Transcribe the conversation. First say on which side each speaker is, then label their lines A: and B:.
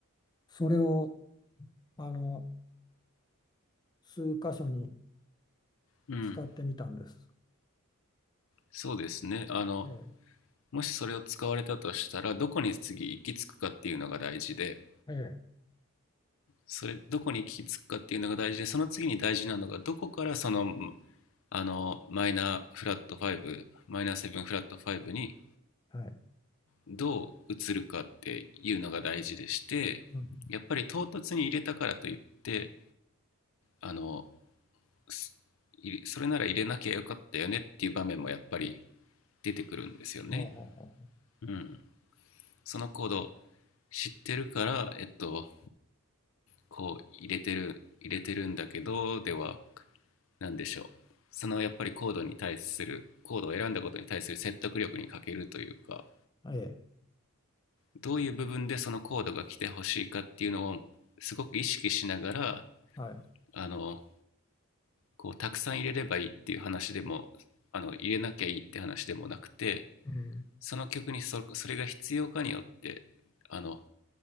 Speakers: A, on the left; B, on the left.
A: それをあの数箇所に
B: うん。
A: 使ってみたんです。
B: そうですね。あの、
A: え
B: もしそれを使われたとしたら、どこに次行き着くかっていうのが大事で、
A: えええ
B: それ、どこに行き着くかっていうのが大事で、その次に大事なのが、どこからその、あの、マイナーフラット5、マイナーセブンフラットファイブに
A: はい
B: どう移るかっていうのが大事でして、
A: うん。
B: やっぱり唐突に入れたからといって、あの、す入れそれなら入れなきゃよかったよねっていう場面もやっぱり出てくるんですよね。
A: ほうほうほう
B: うん。その行動、知ってるから、えっと、こう入れてる、入れてるんだけど、では、なんでしょう。そのやっぱりコードに対する、コードを選んだことに対する説得力に欠けるというか、
A: ほう。ええ、
B: どういう部分でそのコードが来てほしいかっていうのをすごく意識しながら、
A: はい。
B: あの、こうたくさん入れればいいっていう話でも、あの、入れなきゃいいって話でもなくて、
A: うん、
B: その曲にそそれが必要かによって、あの、